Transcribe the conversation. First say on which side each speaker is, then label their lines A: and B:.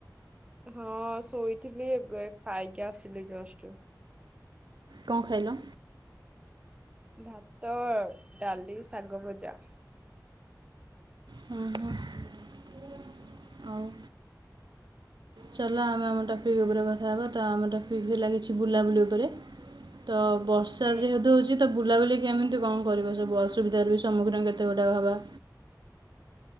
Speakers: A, on the right (about 15°); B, on the right (about 85°).
A: ହଁ ଶୋଇଥିଲି, ଏବେ ଖାଇକି ଆସିଲି ଜଷ୍ଟ।
B: କଣ ଖାଇଲ?
A: ଭାତ, ଡାଲି, ଶାଗ ଭଜା।
B: ହୁଁ - ହୁଁ ଆଉ। ଚାଲ ଆମେ ଆମ ଟପିକ୍ ଉପରେ କଥା ହବା, ତ ଆମ ଟପିକ୍ ହେଲା କିଛି ବୁଲାବୁଲି ଉପରେ। ତ ବର୍ଷ ବର୍ଷା
A: ହୁଁ
B: ଯେହେତୁ ହଉଛି ତ ବୁଲାବୁଲି କେମିତି କଣ କରିବ? ସବୁ ଅସୁବିଧାର ବି ସମ୍ମୁଖୀନ କେତେ ଗୁଡ଼ାକ ହବା?